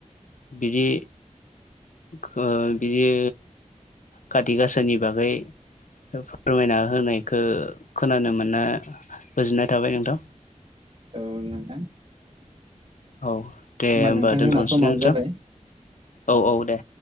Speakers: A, on the left; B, on the right.
A: बिदि खो बिदि काति गाासानि बागै फोरमायना होनायखौ खोनानो मोनना गोजोननाय थाबाय नोंथां
B: औ नोंथां
A: औ दे होमबा
B: नोंथां
A: दोनथ'सै
B: जोंना समाबो
A: नोंथां
B: जाबाय
A: औ औ दे